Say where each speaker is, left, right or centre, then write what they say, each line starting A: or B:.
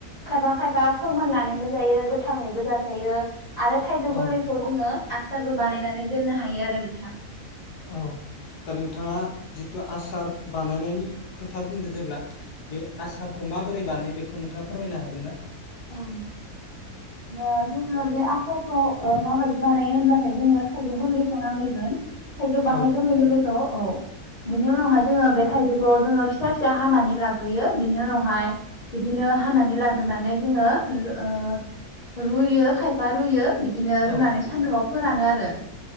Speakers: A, on the left; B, on the left.
A: खायफा खायफा फोमोननानैबो जायो गोथाङैबो जाजायो। आरो थाइजौ
B: औ
A: गोरलैखौ जोङो आसारबो बानायनानै। दोननो हायो आरो नोंथां।
B: औ दा नोंथाङा। आसार बानायनायनि खोथा बुंदों जेब्ला। बे आसारखौ माबोरै। बानायो बेखौ नोंथाङा फोरमायनो हागोन ना।
A: औ ओ
B: औ
A: जोङो बे आ खौ माबायदि बानायो होनब्लाथाय जोङो थाइजौ गोरलैखौ नांग्रोगोन। थाइजौ
B: औ
A: बाहाय गोललै गोललै औ औ बिनि उनावहाय जोङो बे थाइजौखौ जोङो फिसा फिसा हानानै लाग्रोयो बिनि उनावहाय बिदिनो हानानै लाग्रोनानै। जोङो ओ रुयो खायफा रुयो। बिदिनो
B: औ
A: रुनानै सान्दुंआव। फोरानो आरो।